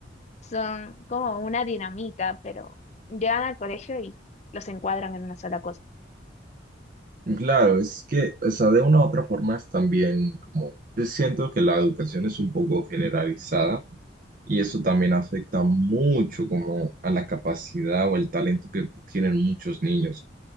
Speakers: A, on the left; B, on the right.
A: son como una dinamita, pero llegan al colegio y los encuadran en una sola cosa.
B: Claro, es que, o sea, de una u otra forma es también como, yo siento que la educación es un poco generalizada y eso también afecta mucho como a la capacidad o el talento que tienen muchos niños.